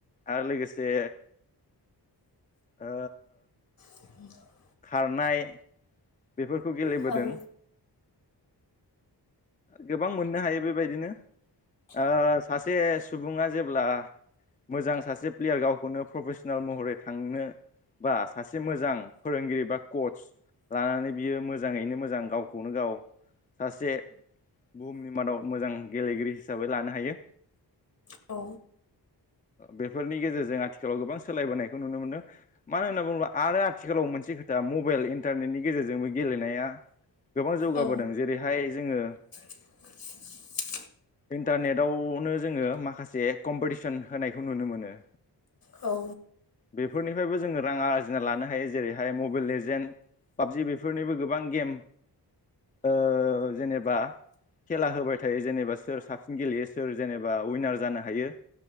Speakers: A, on the left (about 20°); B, on the left (about 55°).
A: आरो लोगोसे ओ
B: <inaudible>
A: खारनाय बेफोरखौ गेलेबोदों।
B: औ
A: गोबां मोननो हायो बेबायदिनो ओ सासे सुबुङा जेब्ला मोजां सासे प्लेयार गावखौनो प्रफेसनेल महरै थांनो बा सासे मोजां फोरोंगिरि बा कच लानानै बियो मोजाङैनो मोजां गावखौनो गाव सासे बुहुमनि मादाव मोजां गेलेगिरि हिसाबै लानो हायो।
B: औ
A: बेफोरनि गेजेरजों आथिखालाव गोबां सोलायबोनायखौ नुनो मोनदों। मानो होनना बुङोब्ला आरो आथिखालाव मोनसे खोथा मबाइल इन्टारनेटनि गेजेरजोंबो गेलेनाया गोबां जौगाबोदों
B: औ
A: जेरैहाय जोङो
B: <inaudible>
A: इन्टारनेटावनो जोङो माखासे कम्पिटिसन होनायखौ नुनो मोनो।
B: औ
A: बेफोरनिफ्रायबो जोङो रां आरजिना लानो हायो जेरैहाय मबाइल लेजेन पाबजिबेफोर बेफोरनिबो गोबां गेम ओ जेनेबा खेला होबाय थायो जेनेबा सोर साबसिन गेलेयो सोर जेनेबा उइनार जानो हायो।